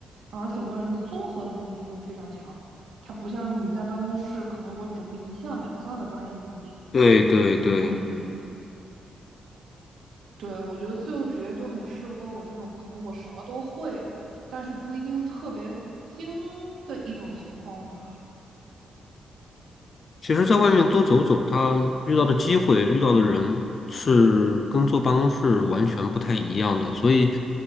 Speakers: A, on the right; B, on the left.
A: 然后整个人的综合能力就会非常强。他不像你在办公室，可能我只会一项两项的专业能力。
B: 对对对，
A: 嗯，对，我觉得自由职业就很适合我这种可能我什么都会，但是不一定特别精的一种情况了吧。
B: 其实，在外面多走走，他遇到的机会、遇到的人是跟坐办公室完全不太一样的，所以